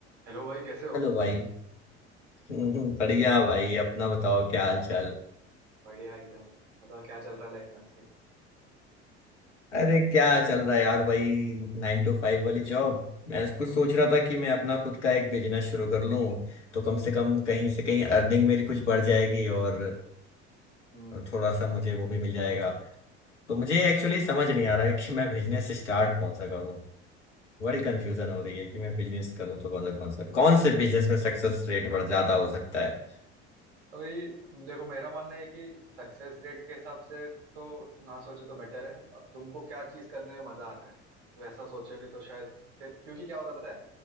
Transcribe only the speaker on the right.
हेलो भाई कैसे हो
बढ़िया एकदम बताओ क्या चल रहा है लाइफ में आजकल
हम्म
हम्म
हम्म
अभी देखो मेरा मानना है कि सक्सेस रेट के हिसाब से तो ना सोचो तो बेटर है अब तुमको क्या चीज करने में मजा आ रहा है वैसा सोचोगे तो शायद फिर क्योंकि क्या होता है पता है